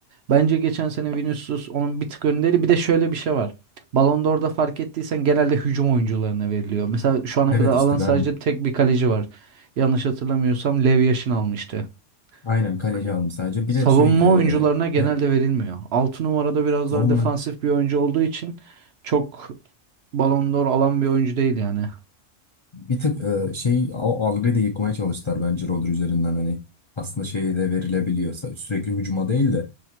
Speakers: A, on the right; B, on the left.
A: bence geçen sene Vinicius onun bir tık önderi. Bir de şöyle bir şey var. Ballon d'Or'da fark ettiysen genelde hücum oyuncularına veriliyor. Mesela şu ana
B: Evet
A: kadar alan
B: işte
A: sadece
B: ben
A: tek bir kaleci var. Yanlış hatırlamıyorsam Lev Yashin almıştı.
B: aynen kaleci
A: Hani
B: aldım sadece.
A: savunma
B: Bir de şey
A: oyuncularına
B: e,
A: genelde
B: de,
A: verilmiyor. 6 numarada biraz
B: savunma
A: daha defansif bir oyuncu olduğu için çok Ballon d'Or alan bir oyuncu değil yani.
B: Bir tık e, şey o algıyı da yıkmaya çalıştılar bence Rodri üzerinden hani aslında şeyi de verilebiliyorsa sürekli hücuma değil de